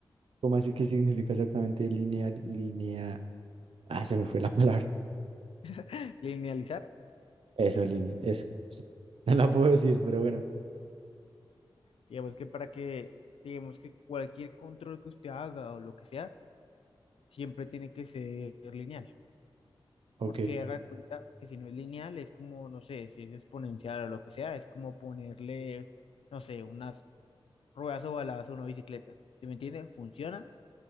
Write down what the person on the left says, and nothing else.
<laughs> Linealizar,
digamos que para que, digamos que cualquier control que usted haga o lo que sea, siempre tiene que ser lineal.
porque haga de cuenta que si no es lineal, es como, no sé, si es exponencial o lo que sea, es como ponerle, no sé, unas ruedas ovaladas a una bicicleta. ¿Sí me entiende? Funciona,